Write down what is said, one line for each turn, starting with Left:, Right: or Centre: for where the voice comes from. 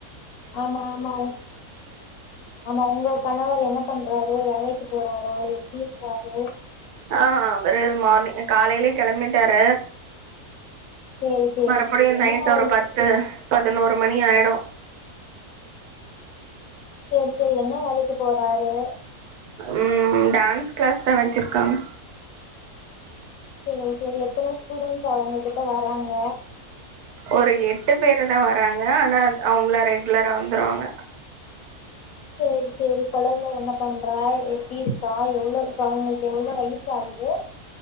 Left: ஆமா ஆமா ஆமா உங்க கணவர் என்ன பண்றாரு வேலைக்கி போறாரா எப்டி இருக்காரு
Right: ஆ அவரு மார்னிங் காலையிலே கெளம்பிட்டாரு
Left: சேரி சேரி
Right: மறுபடியும்
Left: என்ன
Right: நைட்டு்
Left: வேலைக்
Right: ஒரு பத்து பதினோரு மணி ஆயிடும்
Left: சேரி சேரி என்ன வேலைக்கு போறாரு
Right: ம் டான்ஸ் கிளாஸ் தா வச்சிருக்காங்க
Left: சேரி சேரி எத்தன ஸ்டூடென்ஸ் அவங்கக்கிட்ட வராங்க
Right: ஒரு எட்டு பேரு தா வராங்க ஆனா அவங்களா ரெகுலரா வந்துருவாங்க
Left: சேரி சேரி கொழந்த என்ன பண்றா எப்டி இருக்கா எவ்ளோ இப்ப அவங்களுக்கு எவ்ளோ வயசு ஆகுது